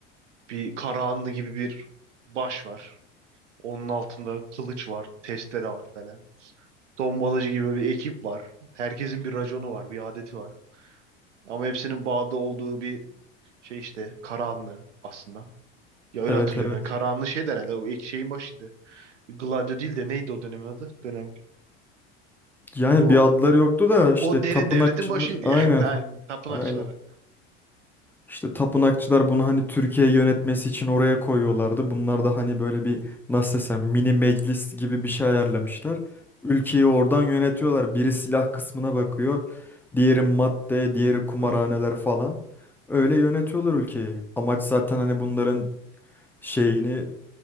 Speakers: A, on the right; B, in the centre.
A: bir Karahanlı gibi bir baş var. Onun altında kılıç var, testere var falan. Tombalacı gibi bir ekip var. Herkesin bir raconu var, bir adeti var. Ama hepsinin bağda olduğu bir şey işte Karahanlı aslında. Ya öyle
B: Evet
A: hatırlıyorum.
B: evet.
A: Yani Karahanlı şey der herhalde o ek şeyin başıydı. Gladio değil de neydi o dönemin adı? Dönem.
B: Yani
A: O,
B: bir adları yoktu da işte
A: o derin
B: tapınakçılar
A: devletin başıydı
B: aynen.
A: yani. <laughs> Aynen. Tapınakçıları.
B: Aynen. İşte tapınakçılar bunu hani Türkiye'yi yönetmesi için oraya koyuyorlardı. Bunlar da hani böyle bir nasıl desem mini meclis gibi bir şey ayarlamışlar. Ülkeyi oradan yönetiyorlar. Biri silah kısmına bakıyor. Diğeri madde, diğeri kumarhaneler
A: Hı.
B: falan. Öyle yönetiyorlar ülkeyi. Amaç zaten hani bunların şeyini,